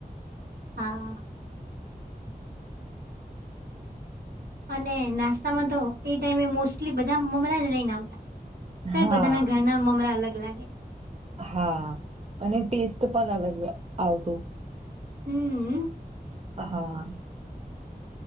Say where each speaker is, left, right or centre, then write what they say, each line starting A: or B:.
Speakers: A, on the right; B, on the right.
A: હા. અને નાસ્તામાં તો એ ટાઈમે મોસ્ટલી બધા મમરા જ લઈને આવતાં. તોય
B: હા
A: બધાનાં ઘરનાં મમરા અલગ લાગે.
B: હા અને ટેસ્ટ પણ અલગ આવતો.
A: હમ્મ.
B: હા.